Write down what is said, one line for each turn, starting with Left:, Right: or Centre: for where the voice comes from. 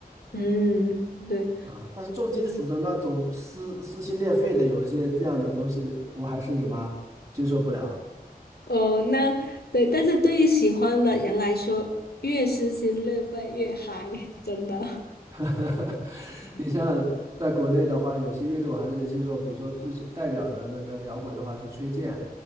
Left: 嗯，对
Right: 啊，但是重金属的那种撕撕心裂肺的，有一些这样的东西，我还是什么接受不了。
Left: 哦，那对，但是对于喜欢的人来说，越撕心裂肺越嗨，真的。
Right: <laughs> 你像在国内的话，有些乐队我还是能接受，比如说最代表的那个摇滚的话是崔健，